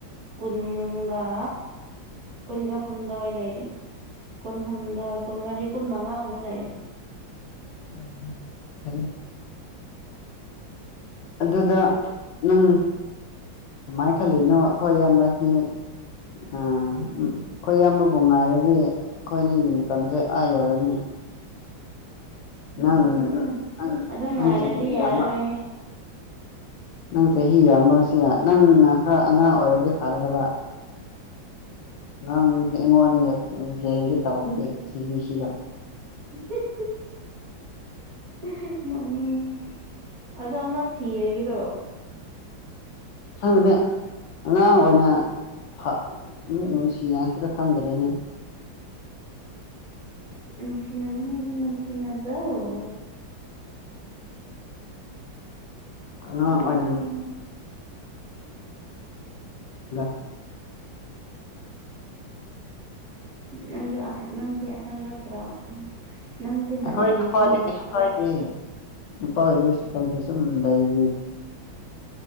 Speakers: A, on the right; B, on the left.
A: ꯀꯨꯟꯒ ꯀꯨꯟꯒ ꯍꯨꯝꯗꯣꯏ ꯂꯩꯔꯦ ꯀꯨꯟꯍꯨꯝꯗꯣꯏ ꯀꯨꯟꯃꯔꯤ ꯀꯨꯟ ꯃꯉꯥꯒꯨꯝꯕ ꯂꯩꯔꯦ
B: ꯎꯝ ꯇꯅꯤ ꯑꯗꯨꯗ ꯅꯪ ꯀꯝꯃꯥꯏ ꯈꯜꯂꯤꯅꯣ ꯑꯈꯣꯏ ꯏꯌꯥꯝꯕꯗꯤ ꯑꯥ ꯑꯈꯣꯏ ꯏꯌꯥꯝꯕꯕꯨ ꯉꯥꯏꯔꯗꯤ ꯑꯩꯈꯣꯏꯅꯤꯒꯤ ꯃꯇꯝꯁꯦ ꯑꯥ ꯌꯧꯔꯅꯤ ꯅꯪ
A: <unintelligible>
B: ꯅꯪ
A: ꯑꯗꯨ ꯉꯥꯏꯔꯗꯤ
B: ꯅꯪ ꯆꯍꯤ
A: ꯌꯥꯔꯔꯣꯏꯌꯦ
B: ꯌꯥꯝꯕ ꯅꯪ ꯆꯍꯤ ꯌꯥꯝꯃꯁꯦ ꯅꯪꯅ ꯈꯔ ꯑꯉꯥꯡ ꯑꯣꯏꯔꯗꯤ ꯐꯒꯗꯕ ꯅꯪꯁꯦ ꯑꯩꯉꯣꯟꯗꯒꯤ ꯍꯦꯟꯒꯦ ꯇꯧꯈꯔꯦ ꯆꯍꯤꯁꯤꯒ
A: <unintelligible> <unintelligible> ꯅꯣꯛꯅꯤꯡꯉꯦ ꯑꯗꯣ ꯑꯃ ꯊꯤꯔꯒꯦꯔꯣ
B: ꯈꯪꯗꯦꯅꯦ ꯑꯉꯥꯡ ꯑꯣꯏꯅ ꯐ ꯑꯃꯨꯛ ꯅꯨꯡꯁꯤꯅꯁꯤꯔ ꯈꯪꯗ꯭ꯔꯦꯅꯦ
A: ꯅꯨꯡꯁꯤꯅꯅꯤꯡꯉꯤꯗꯤ ꯅꯨꯡꯁꯤꯅꯖꯧ
B: ꯑꯉꯥꯡ
A: ꯑꯩꯒꯤꯗꯤ
B: ꯑꯣꯏꯅ
A: ꯀꯌꯥꯝ
B: <unintelligible>
A: ꯅꯪꯗꯨ ꯑꯍꯟ ꯅꯪꯗꯤ ꯑꯍꯟ ꯅꯠꯇ꯭ꯔꯣ ꯅꯪꯗꯤ ꯍꯟꯗ꯭ꯔꯤꯕ꯭ꯔꯣ
B: ꯑꯈꯣꯏ ꯅꯨꯄꯥꯗꯤ ꯀꯩꯁꯨ ꯀꯥꯏꯗꯤꯌꯦ ꯅꯨꯄꯥꯒꯤꯗꯤ ꯀꯩꯁꯨ ꯀꯥꯏꯗꯦ ꯁꯨꯝ ꯂꯩꯔꯗꯤ